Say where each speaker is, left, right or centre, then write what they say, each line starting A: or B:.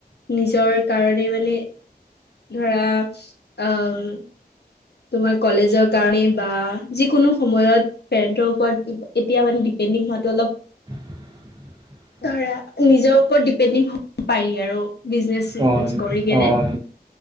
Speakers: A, on the left; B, on the right.
A: নিজৰ কাৰণে, মানে ধৰা অ' তোমাৰ কলেজৰ কাৰণে, বা যিকোনো সময়ত পেৰেণ্ন্টৰ ওপৰত এতিয়া মানে ডিপেণ্ডিং হোৱাটো অলপ
B: <inaudible>
A: ধৰা নিজৰ ওপৰত ডিপেণ্ডিং হ'ব পাৰি আৰু। বিজনেছ-চিজনেছ
B: অঁ
A: কৰি কেনে
B: অঁ অঁ